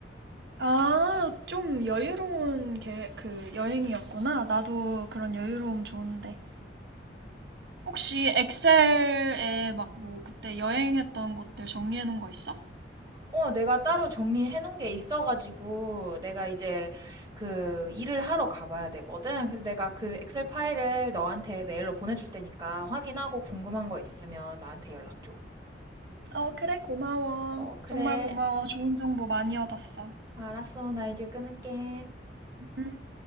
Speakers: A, on the right; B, on the right.
A: 아, 좀 여유로운 게, 그 여행이었구나. 나도 그런 여유로움 좋은데. 혹시 엑셀에 막 뭐 그때 여행했던 곳들 정리해 놓은 거 있어?
B: 어, 내가 따로 정리해 놓은 게 있어가지고, 내가 이제 그 일을 하러 가봐야 되거든. 그래서 내가 그 엑셀 파일을 너한테 메일로 보내줄 테니까 확인하고 궁금한 거 있으면 나한테 연락 줘.
A: 어, 그래, 고마워.
B: 어, 그래.
A: 정말 고마워. 좋은 정보 많이 얻었어.
B: 알았어. 나 이제 끊을게.
A: 음,